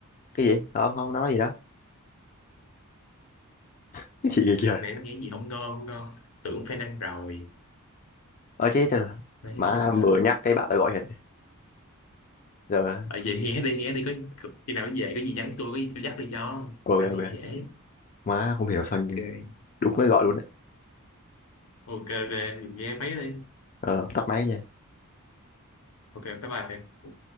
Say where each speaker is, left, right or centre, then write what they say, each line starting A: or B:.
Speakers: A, on the left (about 35°); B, on the left (about 70°).
A: cái gì không không nói gì đó <laughs> cái gì vậy trời
B: mẹ em nghĩ gì không ngon không ngon tưởng fan ăn rồi
A: ờ chứ thật
B: Đấy, nói
A: má
B: chung là
A: vừa nhắc cái bạn ta gọi hiện giờ
B: ở về nghe đi nghe đi có khi nào về có gì nhắn tôi có gì tôi dắt đi cho
A: ok
B: cái này
A: ok
B: dễ
A: má không hiểu sao nhưng
B: Ok.
A: đúng mới gọi luôn đấy
B: ok về mình nghe mấy đi
A: ờ tắt máy nha
B: ok bye bye Phan